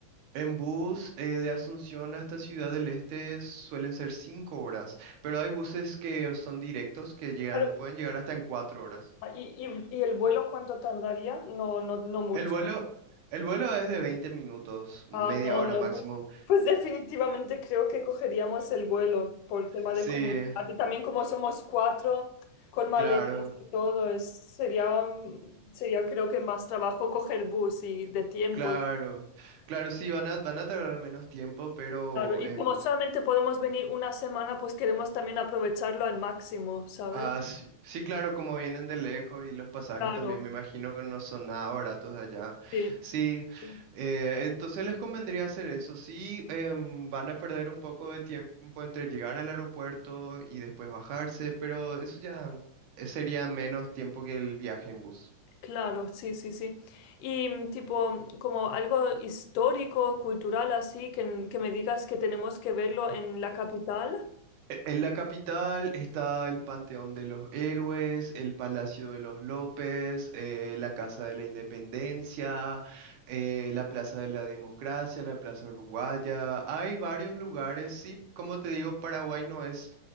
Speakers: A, on the right; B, on the left.
A: En bus eh, de Asunción hasta Ciudad del Este suelen ser cinco horas, pero hay buses que son directos que llegan,
B: Claro.
A: pueden llegar hasta en cuatro horas.
B: Ah, ¿Y, y- y el vuelo cuánto tardaría? No, no, no mucho.
A: El vuelo, el vuelo es de 20 minutos, media
B: Ah, no,
A: hora
B: no,
A: máximo.
B: pues, pues definitivamente creo que cogeríamos el vuelo por tema
A: Sí,
B: de comodidad. Y también como somos cuatro, con maletas
A: claro,
B: y todo, es, sería, mm, sería creo que más trabajo coger bus y de tiempo.
A: claro, claro, sí, van a, van a tardar menos tiempo, pero
B: Claro, y
A: em,
B: como solamente podemos venir una semana, pues queremos también aprovecharlo al máximo, ¿sabes?
A: Ah, sí, sí, claro, como vienen de lejos y los pasajes
B: Claro,
A: también me imagino que no son nada baratos de allá.
B: sí,
A: Sí,
B: sí.
A: eh, entonces les convendría hacer eso. Sí, em, van a perder un poco de tiempo entre llegar al aeropuerto y después bajarse, pero eso ya eh, sería menos tiempo que el viaje en bus.
B: Claro, sí, sí, sí. Y mm, tipo, como algo histórico, cultural, así, que, que me digas que tenemos que verlo en la capital.
A: E- En la capital está el Panteón de los Héroes, el Palacio de los López, eh, la Casa de la Independencia, eh, la Plaza de la Democracia, la Plaza Uruguaya. Hay varios lugares, sí, como te digo, Paraguay no es